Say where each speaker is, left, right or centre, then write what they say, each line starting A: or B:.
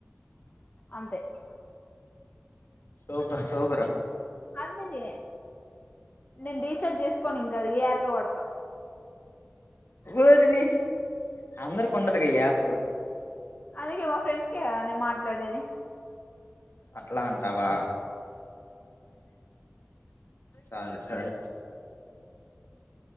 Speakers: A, on the left; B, on the left.
A: అంతే
B: సోపర్ సోపరా
A: అదడి నేను రీచార్జ్ చేసుకోని ఇంకాద ఏ యాపే పడతా
B: ఊరిని అందరు కొండదు కయ ఆపు
A: అందుకే మా ఫ్రెండ్స్కే కదా నే మాట్లాడేది
B: అట్లా ఉంటావా సరే సరే